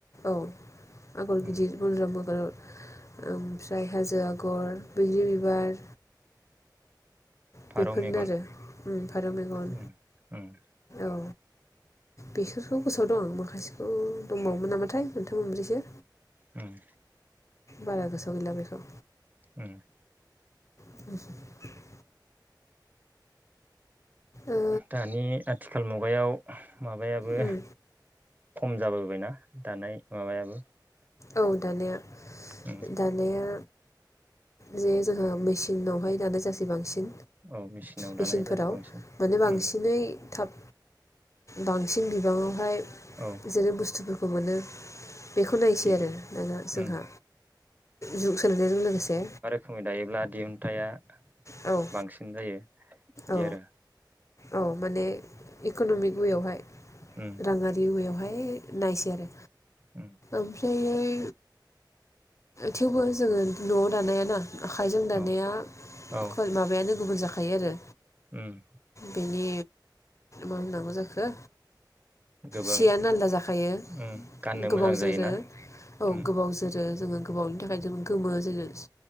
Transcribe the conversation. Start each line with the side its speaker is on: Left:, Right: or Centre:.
Left: औ आगर गिदिर
Right: उम
Left: बुन्द्रा आगर ओमफ्राय हाजो आगर बैग्रि बिबार
Right: फारौ
Left: बेफोरनो
Right: मेगन
Left: आरो उम फारौ मेगन
Right: उम उम
Left: औ बेसोरखौ गोसोआव दं आं माखासेखौ दंबावोमोन नामाथाय मोनथाम मोनब्रैसो
Right: उम
Left: बारा गोसोआव गैला बेखौ।
Right: उम,
Left: <inaudible> ओ
Right: दानि आथिखाल मुगायाव माबायाबो।
Left: उम
Right: खम जाबोबायना दानाय माबायाबो।
Left: औ दानिया
Right: उम
Left: दानिया। जे जोंहा मेसिनावहाय दानाय जासै बांसिन।
Right: औ मेचिनाव
Left: मेचिनफोराव
Right: दानाय जासै बांसिन
Left: माने बांसिनै
Right: उम
Left: थाब बांसिन बिबाङावहाय
Right: औ
Left: जेरै बुस्थुफोरखौ मोनो। बेखौ नायसै
Right: दिहुन
Left: आरो दाना जोंहा
Right: उम
Left: जुग सोलायनायजों लोगोसे।
Right: समै दायोब्ला दिहुन्थाया
Left: औ
Right: बांसिन जायो। बिदि
Left: औ
Right: आरो
Left: औ माने इकन'मिक वे आवहाय
Right: उम
Left: राङारि एवेआवहाय नायसै आरो
Right: उम
Left: ओमफ्रायहाय थेवबो जोङो न'आव दानायाना आखाइजों दानाया
Right: औ औ
Left: ख माबायानो गुबुन जाखायो आरो।
Right: उम
Left: बेनि मा होननांगौ जाखो
Right: गोबां
Left: सियानो आलदा जाखायो
Right: उम गाननो मोजां
Left: गोबाव
Right: जायोना
Left: जोरो औ
Right: उम
Left: गोबाव जोरो जोङो गोबावनि थाखाय जों गोमो जोङो